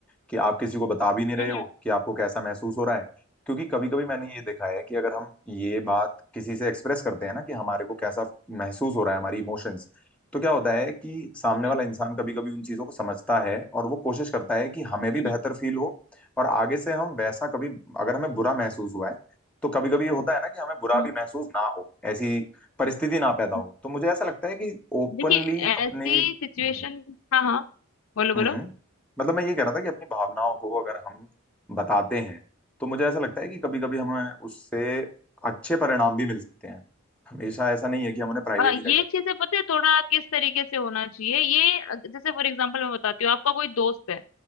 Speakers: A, in the centre; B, on the left (about 75°).
A: कि आप किसी को बता भी नहीं रहे
B: हम्म
A: हो
B: हम्म
A: कि आपको कैसा महसूस हो रहा है क्योंकि कभी कभी मैंने ये देखा है कि अगर हम ये बात किसी से एक्सप्रेस करते हैं ना कि हमारे को कैसा महसूस हो रहा है हमारी इमोशंस तो क्या होता है कि सामने
B: हम्म
A: वाला इंसान कभी कभी उन चीजों को समझता है और वो कोशिश करता है कि हमें भी
B: हम्म,
A: बेहतर फील हो और आगे से हम वैसा कभी अगर हमें बुरा महसूस हुआ है तो कभी कभी ये होता है ना कि हमें बुरा
B: हम्म,
A: भी महसूस ना हो ऐसी परिस्थिति ना पैदा
B: हम्म।
A: हो तो मुझे ऐसा लगता है कि ओपनली
B: देखिए ऐसी
A: अपने
B: सिचुएशन
A: जी
B: हाँ हाँ बोलो बोलो
A: हम्म हम्म। मतलब मैं ये कह रहा था कि अपनी भावनाओं को अगर हम बताते हैं तो मुझे ऐसा लगता है कि कभी कभी हमें उससे अच्छे परिणाम भी मिल सकते हैं हमेशा ऐसा नहीं है कि हम उन्हें प्राइवेट
B: अ, ये
A: ही रखें
B: चीजें पता है थोड़ा किस तरीके से होना चाहिए ये अ, जैसे फॉर एग्जांपल मैं बताती हूँ आपका कोई दोस्त है